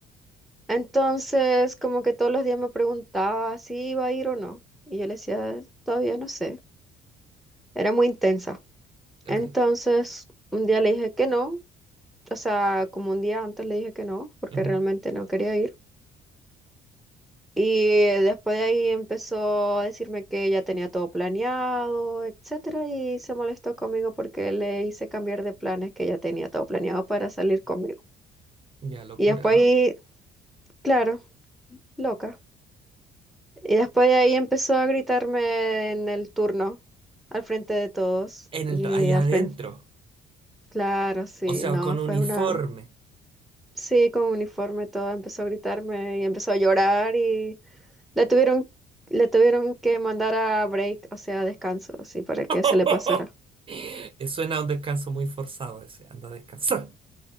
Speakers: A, in the centre; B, on the right.
A: Entonces, como que todos los días me preguntaba si iba a ir o no. Y yo le decía, todavía no sé. Era muy intensa. Entonces,
B: ok.
A: un día le dije que no. O sea, como un día antes le dije que no, porque
B: ujú.
A: realmente no quería ir. Y eh, después de ahí empezó a decirme que ya tenía todo planeado, etcétera, y se molestó conmigo porque le hice cambiar de planes que ya tenía todo planeado para salir conmigo.
B: Ya, locura.
A: Y después ahí,
B: ¿ah?
A: claro, loca. Y después de ahí empezó a gritarme en el turno, al frente de todos.
B: En
A: Y
B: el tra- allá
A: al
B: adentro.
A: frente, claro, sí,
B: O sea,
A: no,
B: con
A: fue
B: uniforme.
A: una, sí, con uniforme todo, empezó a gritarme y empezó a llorar y la tuvieron, le tuvieron que mandar a break, o sea, a descanso, así, para que
B: <laughs>
A: se le pasara.
B: Suena a un descanso muy forzado ese. Anda a descansar.